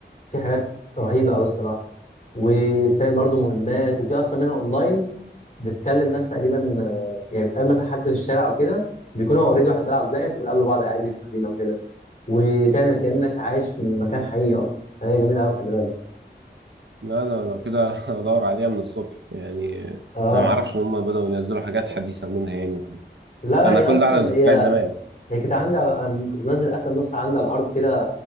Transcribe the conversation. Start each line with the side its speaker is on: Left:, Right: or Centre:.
Left: في حاجات رهيبه قوي الصراحه وبتعمل برضه مهمات وفي اصلا منها اونلاين بتكلم ناس تقريبا آه، يعني بتقابل مثلا حد في الشارع او كده بيكون هو اوريدي واحد بيلعب زيك وبتقابلوا بعض عادي في المدينه وكده وتعمل كانك عايش في مكان حقيقي اصلا فهي جميله قوي خلي بالك
Right: لا انا لو كده <laughs> ادور عليها من الصبح يعني
Left: اه
Right: انا ما اعرفش ان هم بدأوا ينزلوا حاجات حديثة منها يعني وكده
Left: لا لا
Right: انا
Left: هي
Right: كل
Left: اصلا
Right: ده على
Left: يعني
Right: ذكريات
Left: هي
Right: زمان
Left: هي كانت عندي على... كنت منزل اخر نسخه عندي على الهارد كده